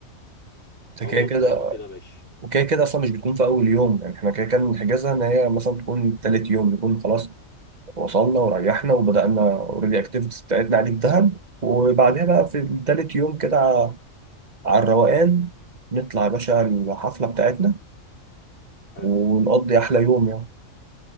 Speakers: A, on the right; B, on the left.
A: انت
B: خلاص
A: كده كده
B: طالما كده ماشي
A: وكده كده اصلا مش بتكون في اول يوم يعني احنا كده كده بنحجزها ان هي مثلا تكون تالت يوم نكون خلاص وصلنا وريحنا وبدأنا اوريدي اكتيفيتيز بتاعتنا عادي في دهب وبعدها بقى في تالت يوم كده ع- على الروقان نطلع يا باشا الحفلة بتاعتنا
B: حلو
A: ونقضي أحلى يوم يعني